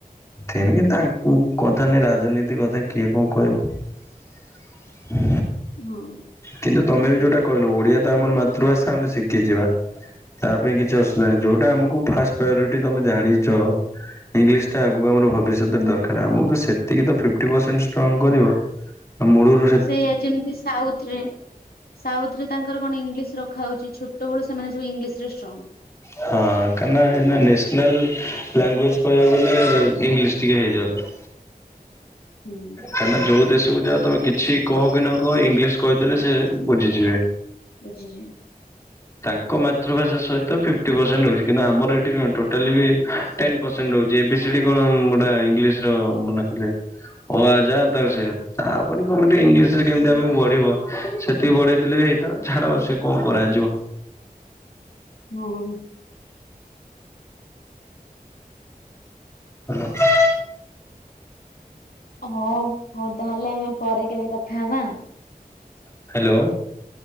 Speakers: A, on the left; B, on the left.
A: ଥେଣୀ କି ତାଙ୍କୁ କଥା ନାଇ ରାଜନୀତି କଥା କିଏ କଁ କହିବ।
B: ହଁ।
A: କିନ୍ତୁ ତମେ ବି ଯୋଉଟା କହିଲ ଓଡିଆ ତ ଆମର ମାତୃଭାଷା ଆମେ ଶିଖିଯିବା। ତା ପାଇଁ କିଛି ଅସୁବିଧା ନାହିଁ ଯୋଉଟା ଆମକୁ ଫାଷ୍ଟ ପ୍ରାୟୋରିଟି ତମେ ଜାଣିଚ ଇଂଲିଶ ଟା ଆଗକୁ ଆମର ଭବିଷ୍ୟତରେ ଦରକାର ଆମ ସେତିକି ତ ଫିପଟି ପରସେଣ୍ଟ କରିବ। ଆ ମୁଳୁରୁ
B: ସେଇଆ ଯେମିତି ସାଉଥ ରେ ସାଉଥ ରେ ତାଙ୍କର କଣ ଇଂଲିଶ ରଖାହଉଛି ଛୋଟବେଳୁ ସେମାନେ ସବୁ ଇଂଲିଶ ରେ ଷ୍ଟ୍ରଙ୍ଗ୍।
A: ହଁ କାନା ଏନା ନ୍ୟାସନାଲ ଲାଙ୍ଗୁଏଜ କହିବାକୁ ଗଲେ ଇଂଲିଶ ଟିକେ ହେଇଯାଉଚ୍।
B: ହୁଁ
A: କାନା ଯୋଉ ଦେଶକୁ ଯାଅ ତମେ କିଛି କହ କି ନ କୁହ ଇଂଲିଶ କହିଦେଲେ ସେ ବୁଝିଯିବେ।
B: ବୁଝିଯିମ
A: ତାଙ୍କ ମାତୃଭାଷା ସହିତ ଫିଫ୍ଟୀ ପ୍ରସେଣ୍ଟ୍ ରହୁଛି କିନ୍ତୁ ଆମର ଏଠି କଣ ଟୋଟାଲ୍ ବି ଟେନ୍ ପ୍ରସେଣ୍ଟ୍ ରହୁଛି ଏ ବି ସି ଡ଼ି କଣ ଗୋଟ ଇଂଲିଶ୍ ର ମନା କଲେ। ଅ ଆ ଯାହା ତାର ସେଇଆ ତାପରେ ତମେ ଟିକେ ଇଂଲିଶ୍ ରେ କେମିତି ଆମକୁ ବଢ଼ିବ ସେତିକି ବଢେ଼ଇଥିଲେ ବି ହେଇଥାଆନ୍ତା। ଛାଡ଼ ସେ କଣ କରାଯିବ।
B: ହଁ।
A: <inaudible>
B: ହଁ ହଉ ତାହେଲେ ଆମେ ପରେ କେବେ କଥା ହେବା।
A: ହ୍ୟାଲୋ।